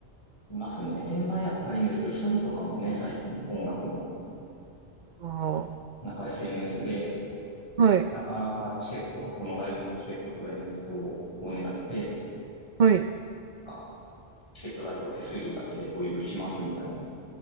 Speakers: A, on the left (about 25°); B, on the right (about 45°).
A: ますね。転売やったらいいんですけど、詐欺とかもね、最近音楽の、
B: あー、
A: なんか SNS で、
B: はい。
A: なかなかチケット、そのライブのチケット取れない人を狙って、
B: はい。
A: あ、チケット代と手数料だけでお譲りしますみたいな。